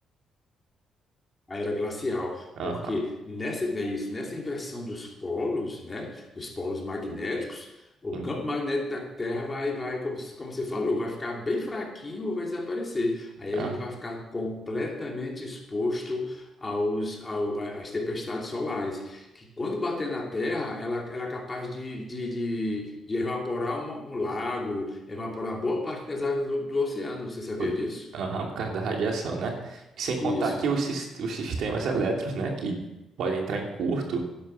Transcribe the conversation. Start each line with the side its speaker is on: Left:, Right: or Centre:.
Left: a era glacial,
Right: Aham.
Left: porque nessa, é isso, nessa inversão dos polos, né, dos polos magnéticos, o
Right: Sim.
Left: campo magnético da Terra vai, vai como, se- como você falou, vai ficar bem fraquinho ou vai desaparecer. Aí
Right: Aham.
Left: a gente vai ficar completamente exposto aos, ao- a- às tempestades solares, que quando bater na Terra, ela, ela é capaz de, de, de- de evaporar um, um lago, evaporar boa parte das águas do do oceano. Você sabia
Right: Por
Left: disso?
Right: aham, por causa da radiação, né? E sem contar
Left: Isso.
Right: que os, sis- os sistemas elétricos, né? Que podem entrar em curto